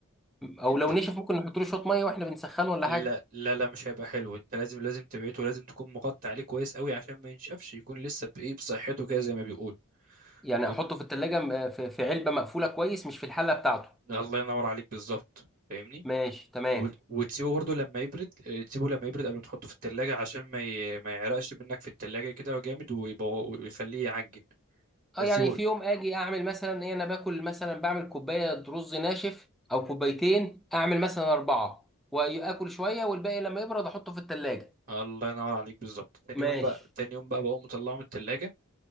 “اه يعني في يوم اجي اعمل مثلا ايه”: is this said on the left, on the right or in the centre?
Centre